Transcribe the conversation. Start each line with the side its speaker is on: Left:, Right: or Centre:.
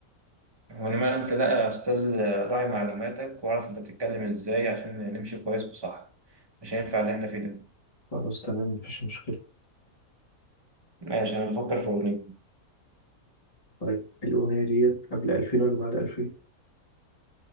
Right: وإنما أنت لا يا أستاذ آه، راعي معلوماتك وأعرف أنت بتتكلم إزاي عشان نمشي كويس وصح مش هينفع اللي إحنا فيه ده
Left: خلاص تمام مفيش مشكلة
Right: ماشي أنا بفكر في أغنية
Left: طيب الأغنية دي قبل 2000 ولا بعد 2000